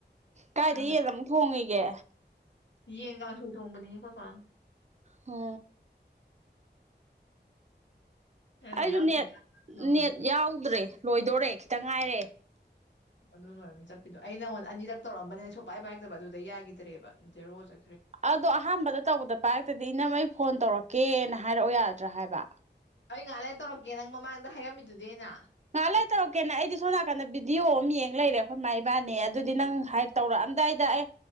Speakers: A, on the right (about 40°); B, on the left (about 80°).
A: ꯀꯥꯏꯗ
B: ꯑ
A: ꯌꯦꯟ ꯑꯃꯨꯛ ꯊꯣꯡꯉꯤꯒꯦ
B: ꯌꯦꯡꯒ ꯆꯣꯡꯕꯅꯤ ꯀꯣꯏ ꯄ
A: ꯍ
B: ꯑꯩ ꯉꯁꯥꯏ
A: ꯑꯩꯁꯨ
B: ꯆꯥꯛ
A: ꯅꯦꯠ
B: ꯊꯤꯜꯂꯛꯑꯝꯕꯅꯤ
A: ꯅꯦꯠ ꯌꯥꯎꯗ꯭ꯔꯦ ꯂꯣꯏꯗꯣꯔꯦ ꯈꯤꯇꯪ ꯉꯥꯏꯔꯦ
B: ꯑꯗꯨꯅ ꯑꯣꯏꯔꯕꯅꯤ ꯆꯠꯄꯤꯗꯣ ꯑꯩ ꯅꯪꯉꯣꯟꯗ ꯑꯅꯤꯔꯛ ꯇꯧꯔꯑꯝꯕꯅꯦ ꯑꯩ ꯁꯨꯡꯄꯥꯏ ꯄꯥꯏꯔꯛꯇꯕ ꯑꯗꯨꯗ ꯌꯥꯈꯤꯗ꯭ꯔꯦꯕꯦꯔꯣ ꯆ
A: ꯑꯗꯣ ꯑꯍꯥꯟꯕꯗ ꯇꯧꯕꯗ ꯄꯥꯏꯔꯛꯇꯗꯤ ꯏꯅꯝꯃꯩ ꯐꯣꯟ ꯇꯧꯔꯛꯀꯦꯅ ꯍꯥꯏꯔꯛꯑꯣ ꯌꯥꯗ꯭ꯔꯥ ꯍꯥꯏꯕ
B: ꯑꯩ ꯉꯥꯏꯍꯥꯛꯂ ꯇꯧꯔꯛꯀꯦ ꯅꯪ ꯃꯃꯥꯡꯗ ꯍꯥꯏꯔꯝꯃꯤꯗꯨꯗꯤ ꯑꯩꯅ
A: ꯉꯍꯥꯟꯥꯏ ꯇꯧꯔꯛꯀꯦꯅꯦ ꯑꯩꯗꯤ ꯁꯣꯝ ꯅꯥꯀꯟꯗ ꯚꯗꯤꯑꯣ ꯑꯃ ꯌꯦꯡꯉ ꯂꯩꯔꯦ ꯑꯩꯈꯣꯏ ꯃꯥ ꯏꯕꯥꯅꯦ ꯑꯗꯨꯗꯤ ꯅꯪ ꯍꯥꯏ ꯇꯧꯔꯛꯑ ꯑꯝꯗꯥꯏꯗ ꯑꯩ